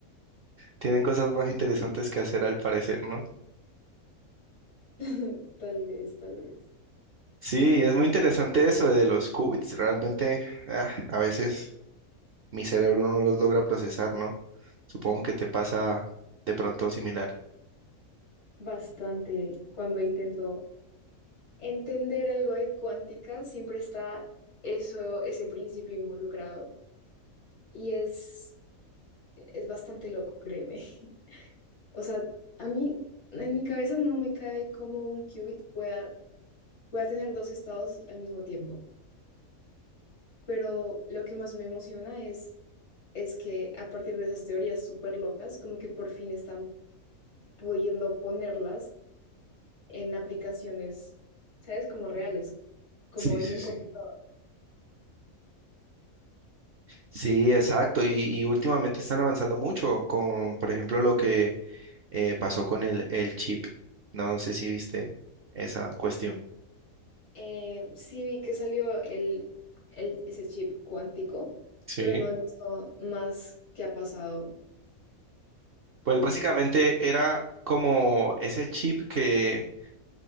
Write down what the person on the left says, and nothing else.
<laughs> tal vez, tal vez.
Bastante cuando intento entender algo de cuántica, siempre está eso, ese principio involucrado y es, es bastante loco, créeme. O sea, a mí en mi cabeza no me cabe cómo un qubit pueda voy a tener dos estados al mismo tiempo. Pero lo que más me emociona es, es que a partir de esas teorías súper locas, como que por fin están pudiendo ponerlas en aplicaciones, ¿sabes? Como reales, como
en
un
computador.
Eh, sí vi que salió el, el, ese chip cuántico,
pero no he visto más que ha pasado
con,
con